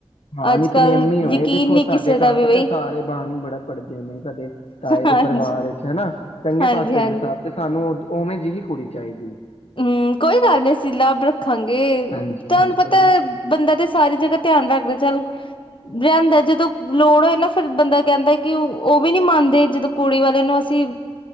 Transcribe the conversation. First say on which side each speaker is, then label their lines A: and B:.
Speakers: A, on the left; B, on the left.
A: ਹਾਂ
B: ਅੱਜ
A: ਨਿਤਨੇਮੀ
B: ਕੱਲ
A: ਹੋਏ
B: ਯਕੀਨ
A: ਦੇਖੋ
B: ਨਹੀਂ
A: ਸਾਡੇ
B: ਕਿਸੇ
A: ਘਰ
B: ਦਾ ਵੀ
A: ਪਤਾ
B: ਬਈ
A: ਸਾਰੇ ਬਾਣੀ ਹੀ ਬੜਾ ਪੜ੍ਹਦੇ ਨੇ ਕਦੇ ਤਾਏ ਦੇ
B: ਹਾਂਜੀ
A: ਪਰਿਵਾਰ ਵਿੱਚ ਹਨਾ ਚੰਗੇ
B: ਹਾਂਜੀ
A: ਪਾਸੇ
B: ਹਾਂਜੀ
A: ਨੇ ਸ ਤੇ ਸਾਨੂੰ ਉਵੇਂ ਜਿਹੀ ਕੁੜੀ ਚਾਹੀਦੀ
B: ਹਮ ਕੋਈ ਗੱਲ ਨੀ ਅਸੀਂ ਲਾਭ ਰੱਖਾਂਗੇ
A: ਹਾਂਜੀ
B: ਤੁਹਾਨੂੰ
A: ਹਾਂਜੀ
B: ਪਤਾ
A: ਕੋਈ ਨੀ
B: ਬੰਦਾ ਤੇ ਸਾਰੀ ਜਗ੍ਹਾ ਧਿਆਨ ਰੱਖਦੇ ਚੱਲ ਰਹਿੰਦਾ ਜਦੋਂ ਲੋੜ ਹੋਏ ਨਾ ਫਿਰ ਬੰਦਾ ਕਹਿੰਦਾ ਕਿ ਉਹ ਵੀ ਨਹੀਂ ਮੰਨਦੇ ਜਦੋਂ ਕੁੜੀ ਵਾਲੇ ਨੂੰ ਅਸੀਂ